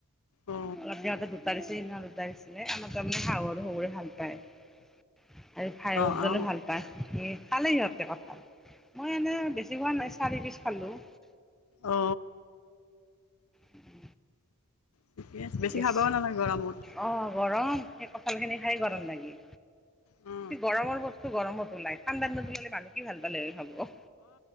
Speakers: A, on the left (about 70°); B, in the centre.
A: অ
B: অলপ দিনতে দুটা দি দুটা দিছিলে আমাৰ তাৰমানে শাহু আৰু শহুৰে ভাল পায়। আৰু ভাই শহুৰ
A: অ
B: জনে
A: অ
B: ভাল পায় খালে সিহঁতে কঠাল। মই এনেই বেছি খোৱা নাই চাৰি পিচ খালোঁ।
A: অ
B: উম।
A: ঠিকে আছে বেছি
B: ইস
A: খাবও নালাগে গৰমত
B: অ'। গৰম সেই কঠাল খিনি খাই গৰম লাগিল,
A: অ
B: গৰমৰ বস্তু গৰমত উলাই ঠাণ্ডাত দিনত ওলালে মানুহ কি ভাল পালে হয় খাব অ'